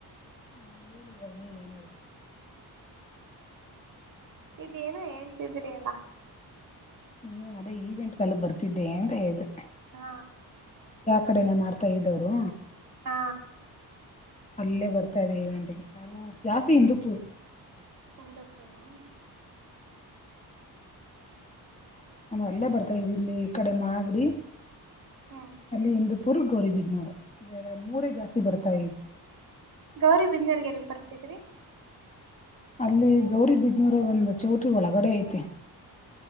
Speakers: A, on the left; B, on the right.
A: ಹ್ಮ್ ಹೇಳಿ ಇವಾಗ ನೀನ್ ಏನಾದ್ರು.
B: ಇದೇನೋ ಹೇಳ್ತಿದ್ರಿ ಅಲ್ಲ.
A: ಏನ್ ಅದೇ ಈವೆಂಟ್ಗೆಲ್ಲ ಬರ್ತಿದ್ದೆ ಅಂತ ಹೇಳ್ದೆ.
B: ಹಾ.
A: ಕಡೆನೆೇ ಮಾಡ್ತಾ ಇದ್ದವರು.
B: ಹಾ.
A: ಅಲ್ಲೇ ಬರ್ತಾ ಇದೆ ಈವೆಂಟಿಗೆ ಅಲ್ಲ ಜಾಸ್ತಿ ಇಂದೂಪೂರ್.
B: ಇಂದೂಪೂರಾ.
A: ಆಮೇಲ್ಅಲ್ಲೇ ಬರ್ತಾ ಇದಿದ್ ಇಲ್ಲಿ ಈ ಕಡೆ ಮಾಗಡಿ.
B: ಹ್ಮ್
A: ಅಲ್ಲಿ ಇಂದು ಪುರ್ ಗೌರಿಬಿದ್ನೂರ ಇವೆ ಮೂರೇ ಜಾಸ್ತಿ ಬರ್ತಾ
B: ಗೌರಿಬಿದನೂರಿಗೆಲ್ ಬರ್ತಿದ್ರಿ.
A: ಅಲ್ಲಿ ಗೌರಿಬಿದ್ನೂರಾಗ್ ಒಂದು ಚೌಟ್ರಿ ಒಳಗಡೆ ಐತೆ.